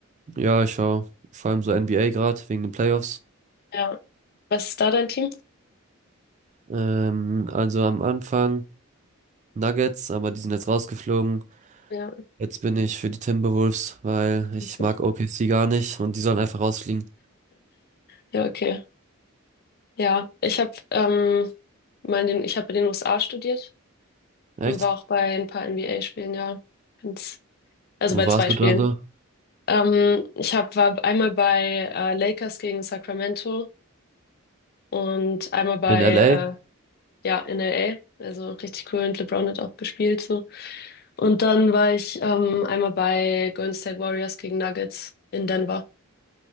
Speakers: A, on the right (about 35°); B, on the left (about 45°).
A: Ja, ich schaue vor allem so NBA gerade wegen den Playoffs.
B: Ja. Was ist da dein Team?
A: Ähm, also am Anfang Nuggets, aber die sind jetzt rausgeflogen.
B: Ja,
A: Jetzt bin ich für die Timberwolves, weil ich
B: okay.
A: mag OKC gar nicht und die sollen einfach rausfliegen.
B: Ja, okay. Ja, ich habe ähm, mal in den, ich habe in den USA studiert
A: Echt?
B: und war auch bei ein paar NBA-Spielen, ja. Find's, also
A: Wo
B: bei
A: warst
B: zwei
A: du
B: Spielen.
A: da so?
B: Ähm, ich hab, war einmal bei äh, Lakers gegen Sacramento und einmal bei
A: In LA?
B: äh, ja, in LA. Also richtig cool und LeBron hat auch gespielt so. Und dann war ich ähm, einmal bei Golden State Warriors gegen Nuggets in Denver.